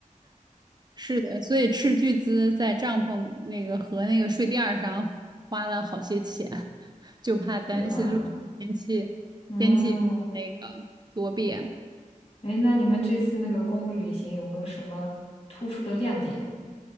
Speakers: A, on the right; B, on the left.
A: 是的，所以斥巨资在帐篷那个和那个睡垫儿上花了好些钱，<laughs> 就怕担心路上天气天气那个多变。
B: 是吧？嗯，哎，那你们这次那个公路旅行有没有什么突出的亮点？